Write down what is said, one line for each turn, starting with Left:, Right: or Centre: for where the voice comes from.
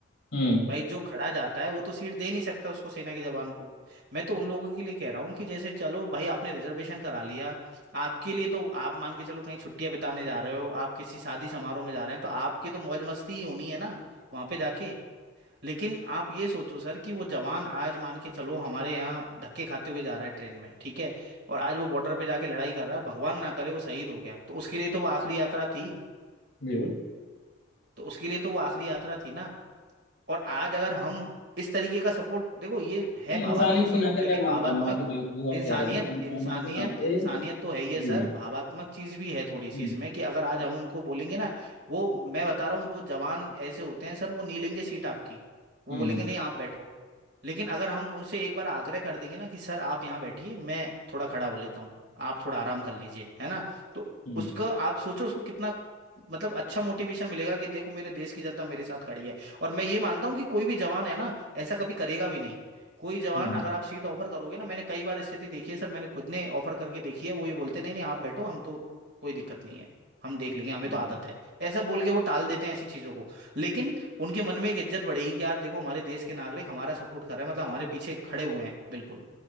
Left: हम्म
Right: भाई जो खड़ा जाता है वो तो सीट दे नहीं सकता उसको सेना के जवान को मैं तो उन लोगों के लिए कह रहा हूँ कि जैसे चलो भाई आपने रिजर्वेशन करा लिया आपके लिए तो आप मान के चलो कहीं छुट्टियां बिताने जा रहे हो आप किसी शादी समारोह में जा रहे हैं तो आपकी तो मौज मस्ती ही होनी है ना वहां पे जाके लेकिन आप ये सोचो सर कि वो जवान आज मान के चलो हमारे यहाँ धक्के खाते हुए जा रहा है ट्रेन में ठीक है और आज वो बॉर्डर पे जाके लड़ाई कर रहा है भगवान ना करे वो शहीद हो गया तो उसके लिए तो वो आखिरी यात्रा थी
Left: बिल्कुल
Right: तो उसके लिए तो वो आखिरी यात्रा थी ना और आज अगर हम इस तरीके का सपोर्ट देखो ये है
Left: नहीं
Right: भावात्मक
Left: इंसानियत
Right: सपोर्ट
Left: के नाते
Right: लेकिन
Left: मैं मानता
Right: भावात्मक
Left: हूँ आपकी
Right: बिल्कुल
Left: बात जो आप
Right: इंसानियत
Left: कह रहे हो ना इंसानियत
Right: इंसानियत
Left: के नाते
Right: इंसानियत तो है
Left: जी
Right: ही है सर
Left: जी
Right: भावात्मक चीज भी है थोड़ी सी
Left: हम्म
Right: इसमें कि अगर आज हम उनको बोलेंगे ना वो मैं बता रहा हूँ जो जवान ऐसे होते हैं सर वो नहीं लेंगे सीट आपकी वो
Left: हम्म
Right: बोलेंगे
Left: हम्म
Right: नहीं आप बैठो लेकिन अगर हम उनसे एक बार आग्रह कर देंगे ना कि सर आप यहाँ बैठिए मैं थोड़ा खड़ा हो लेता हूँ आप थोड़ा आराम कर लीजिए है ना तो
Left: हम्म
Right: उसका आप सोचो उसको कितना मतलब अच्छा मोटिवेशन मिलेगा कि देखो मेरे देश की जनता मेरे साथ खड़ी है और मैं ये मानता हूँ कि कोई भी जवान है ना ऐसा कभी करेगा भी नहीं कोई जवान
Left: हम्म हम्म,
Right: अगर
Left: हम्म।
Right: आप सीट ऑफर करोगे ना मैंने कई बार स्थिति देखी है सर मैंने खुद ने ऑफर करके देखी है वो ये बोलते नहीं नहीं आप बैठो हम तो कोई दिक्कत नहीं है हम देख लेंगे हमें
Left: हम्म।
Right: तो आदत है ऐसा बोल के वो टाल देते हैं ऐसी चीजों को लेकिन उनके मन में एक इज्जत बढ़ेगी कि यार देखो हमारे देश के नागरिक हमारा सपोर्ट कर रहे हैं मतलब हमारे पीछे खड़े हुए हैं बिल्कुल